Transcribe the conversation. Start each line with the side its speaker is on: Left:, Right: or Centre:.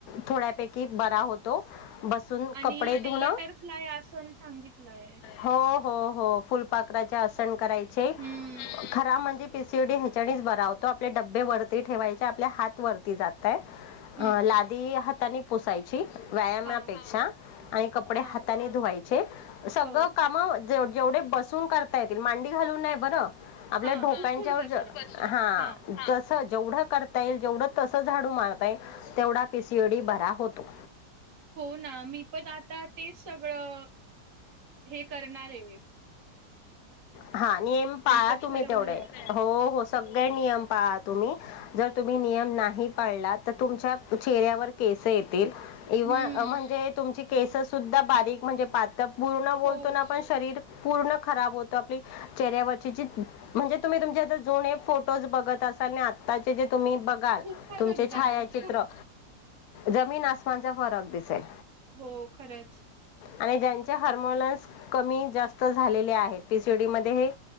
Left: थोड्यापैकी बरा होतो बसून
Right: आणि
Left: कपडे धुण
Right: ते बटरफ्लाय आसन सांगितलंय.
Left: हो हो हो फुलपाखराचे आसन करायचे
Right: हं,
Left: खरा म्हणजे पीसीओडी ह्याच्यानेच बरा होतो आपले डबे वरती ठेवायचे आपल्या हात वरती जातय
Right: हं.
Left: अ लादी हातानी पुसायची. व्यायामापेक्षा
Right: हां,
Left: आणि कपडे
Right: हां.
Left: हातानी धुवायचे सगळं
Right: हो,
Left: कामं जेवढे बसून करता येतील मांडी घालून नाय बरं आपल्या
Right: हां,
Left: ढोप्यांच्यावर
Right: उखूड बसून.
Left: हा
Right: हां,
Left: जस जेवढं करता येईल, जेवढं तसं झाडू मारता येईल, तेवढा पीसीओडी बरा होतो.
Right: हो ना मी पण आता तेच सगळं हे करणार आहे.
Left: हा नियम पाळा
Right: मी तर
Left: तुम्ही
Right: ठरवलंय
Left: तेवढे
Right: आता.
Left: हो हो सगळे नियम पाळा. तुम्ही जर तुम्ही नियम नाही पाळला तर तुमच्या चेहऱ्यावर केसं येतील इवन
Right: हं,
Left: म्हणजे तुमची केसं सुद्धा बारीक म्हणजे पातळ पूर्ण बोलतो
Right: हो,
Left: ना आपण शरीर पूर्ण खराब होतं आपली चेहऱ्यावरची जी म्हणजे तुम्ही तुमच्या आता जुने फोटोज बघत असाल आणि आताचे जे तुम्ही बघाल
Right: खूप फरक
Left: तुमचे
Right: जाणवतो.
Left: छायाचित्र जमीन आसमानचा फरक दिसेल
Right: हो खरंच
Left: आणि ज्यांचे हॉरमोनन्स कमी जास्त झालेले आहेत पीसीओडी मध्ये हे